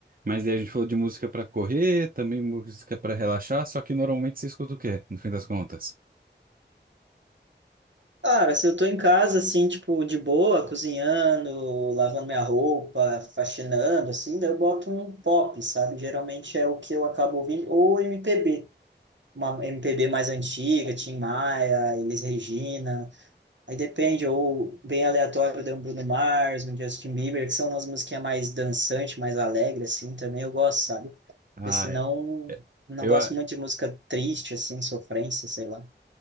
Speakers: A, on the right; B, on the right.
A: Mas daí a gente falou de música pra correr, também música pra relaxar, só que normalmente você escuta o quê, no fim das contas?
B: Cara, se eu tô em casa, assim, tipo, de boa, cozinhando, lavando minha roupa, faxinando, assim, daí eu boto um pop, sabe? Geralmente é o que eu acabo ouvindo, ou MPB uma MPB mais antiga, Tim Maia, Elis Regina, aí depende, ou bem aleatório, tem um Bruno Mars, um Justin Bieber, que são umas musiquinhas mais dançantes, mais alegre, assim, também eu gosto, sabe?
A: Ah,
B: Porque senão,
A: é-
B: não
A: eu,
B: gosto
A: a-
B: muito de música triste, assim, sofrência, sei lá. O